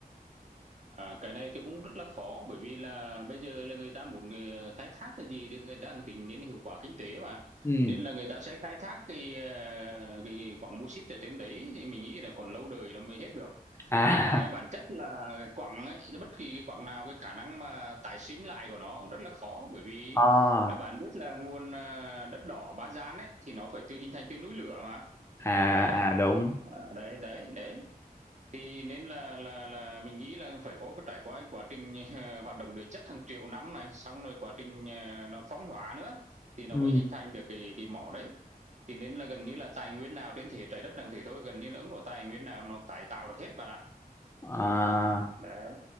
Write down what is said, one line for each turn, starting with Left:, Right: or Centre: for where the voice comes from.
Right: À, cái này thì cũng rất là khó bởi vì là bây giờ là người ta muốn người khai thác cái gì thì người ta cũng tính đến hiệu quả kinh tế mà
Left: ừ
Right: nên là người ta sẽ khai thác cái ờ, cái, cái quặng bô xít ở trên đấy thì mình nghĩ là còn lâu đời nó mới hết được
Left: à
Right: nhưng mà bản chất là quặng ấy bất kỳ cái quặng nào cái khả năng mà tái sinh lại của nó cũng rất là khó bởi
Left: <laughs>
Right: vì
Left: à
Right: là bạn biết là nguồn ờ, đất đỏ Ba Gian ấy thì nó phải tự hình thành từ núi lửa mà
Left: à,
Right: đấy
Left: à đúng
Right: à, đấy đấy đấy thì nên là là là mình nghĩ là phải có cái trải qua cái quá trình <laughs> uh, hoạt động địa chất hàng triệu năm này xong rồi quá trình ờ, nó phóng hóa nữa thì nó
Left: ừ
Right: mới hình thành được cái cái mỏ đấy thì nên là gần như là tài nguyên nào trên thế trái đất làm thế thôi gần như là không có tài nguyên nào nó tái tạo được hết bạn ạ
Left: à
Right: đấy